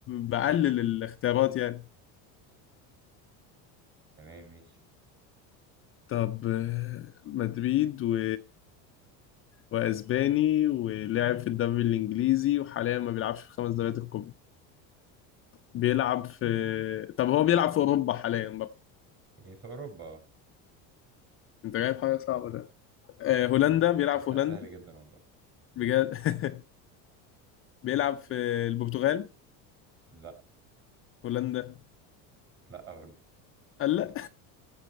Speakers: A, on the left (about 35°); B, on the right (about 30°).
A: بقلل الاختيارات يعني
B: تمام ماشي
A: طب آه، مدريد و واسباني ولعب في الدوري الانجليزي وحاليا ما بيلعبش في الخمس دوريات الكبرى بيلعب في طب هو بيلعب في اوروبا حاليا برضه
B: هي في أوروبا اه
A: انت جايب حاجه صعبه ده آه، هولندا بيلعب
B: ده
A: في
B: س-
A: هولندا
B: سهل جدا والله
A: بجد <laughs> بيلعب في البرتغال
B: لا
A: هولندا
B: لا برضه
A: قال لا